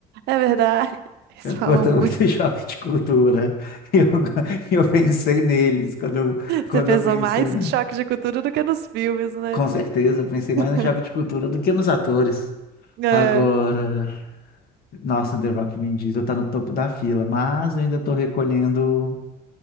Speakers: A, on the right (about 80°); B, on the left (about 65°).
A: É verdade, <laughs> eles
B: Eu
A: falam
B: curto
A: muito.
B: muito <laughs> choque de cultura. E eu, <laughs> e eu pensei neles quando eu, quando
A: Você pensou
B: eu pensei
A: mais
B: na...
A: em choque de cultura do que nos filmes, né?
B: Com certeza, eu pensei mais
A: <laughs>
B: no choque de cultura do que nos atores.
A: É,
B: Agora... Nossa, The Rock Vin Diesel tá no topo da fila, mas eu ainda estou recolhendo,